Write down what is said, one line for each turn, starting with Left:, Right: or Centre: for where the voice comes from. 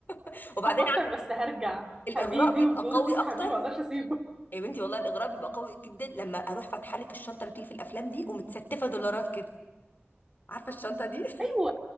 Left: <laughs> وبعدين
Right: هفكر بس هرجع
Left: الاغراء
Right: حبيبي
Left: بيبقى
Right: وجوزي
Left: قوي
Right: وحبيبي
Left: اكتر
Right: ما اقدرش اسيبه
Left: يا بنتي والله الاغراء بيبقى قوي جدا لما اروح فاتحه لك الشنطه اللي بتيجي في الافلام دي ومتستفه دولارات كده عارفه الشنطه دي
Right: ايوه